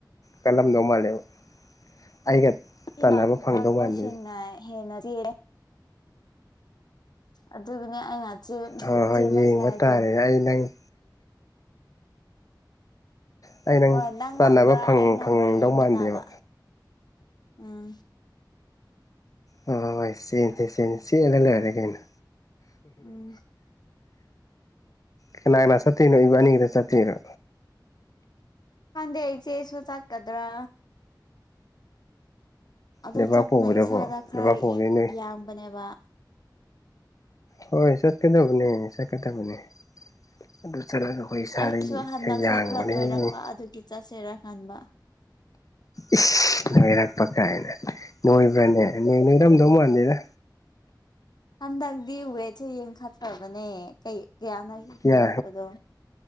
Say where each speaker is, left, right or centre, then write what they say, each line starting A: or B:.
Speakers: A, on the left (about 50°); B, on the left (about 65°).
A: ꯀꯜꯂꯝꯗꯧ ꯃꯥꯜꯂꯦꯕ ꯑꯩꯒ ꯇꯥꯟꯅꯕ
B: ꯏꯃꯪ
A: ꯐꯪꯗꯧ
B: ꯀꯪꯕꯁꯤꯡꯅ
A: ꯃꯥꯟꯗꯦꯅꯦ
B: ꯍꯦꯟꯅ ꯆꯦꯛꯂꯤ ꯑꯗꯨꯒꯤꯅꯦ ꯑꯩꯅ ꯆꯦꯟ
A: ꯍꯣꯏ
B: ꯆꯦ
A: ꯍꯣꯏ
B: ꯆꯦꯟꯅꯁꯦ
A: ꯌꯦꯡꯕ
B: ꯍꯥꯏꯗꯣ
A: ꯇꯥꯔꯦ ꯑꯩ ꯅꯪ ꯑꯩ
B: ꯍꯣꯏ ꯅꯪ
A: ꯇꯥꯟꯅꯕ
B: ꯉꯝꯕ꯭ꯔꯥ
A: ꯐꯪ
B: ꯑꯩ ꯉꯝꯕ꯭ꯔꯥ
A: ꯐꯪꯗꯧ
B: ꯌꯦꯡꯕ
A: ꯃꯥꯟꯗꯦꯕ
B: ꯇꯥꯕ ꯎꯝ
A: ꯍꯣ ꯍꯣ ꯍꯣꯏ ꯆꯦꯟꯁꯤ ꯆꯦꯟ ꯆꯦꯜꯂ ꯂꯣꯏꯔꯦ ꯀꯩꯅꯣ
B: ꯎꯝ
A: ꯀꯅꯥ ꯀꯅꯥ ꯆꯠꯇꯨꯏꯅꯣ ꯏꯕꯥꯅꯤꯗ ꯆꯠꯇꯣꯏꯔꯤꯅꯣ
B: ꯈꯪꯗꯦ ꯏꯆꯦꯁꯨ ꯆꯠ ꯀꯗ꯭ꯔꯥ ꯑꯗꯨ
A: ꯂꯩꯕꯥꯛꯄꯣꯛꯕꯗꯕꯣ
B: ꯆꯠꯄꯅ ꯏꯁꯥꯗ ꯈꯔ
A: ꯂꯩꯕꯥꯛꯄꯣꯛꯕꯗꯤ ꯅꯣꯏ
B: ꯌꯥꯡꯕꯅꯦꯕ
A: ꯍꯣꯏ ꯆꯠꯀꯗꯕꯅꯦ ꯆꯠꯀꯗꯕꯅꯦ ꯑꯗꯨ ꯆꯠꯂꯒ ꯑꯩꯈꯣꯏ ꯏꯁꯥꯗ
B: ꯑꯩꯁꯨ ꯍꯟꯗꯛꯁꯦ
A: ꯈꯔ ꯌꯥꯡꯕꯅꯤ
B: ꯅꯣꯏꯔꯛꯄ ꯑꯗꯨꯒꯤ ꯆꯠꯁꯤꯔꯥ ꯈꯟꯕ
A: ꯏꯁ ꯅꯣꯏꯔꯛꯄ ꯀꯥꯏꯅ ꯅꯣꯏꯕ꯭ꯔꯅꯦ ꯅꯣꯏ ꯅꯣꯏꯔꯝꯗꯧ ꯃꯥꯟꯗꯦꯗ
B: ꯍꯟꯗꯛꯇꯤ ꯋꯦꯠꯁꯨ ꯌꯦꯡꯈꯠꯇ꯭ꯔꯕꯅꯦ ꯀꯩ ꯌꯥꯅꯣ ꯑꯩꯒꯤ
A: ꯀꯌꯥ
B: ꯍꯦꯟꯒꯠꯄꯗꯣ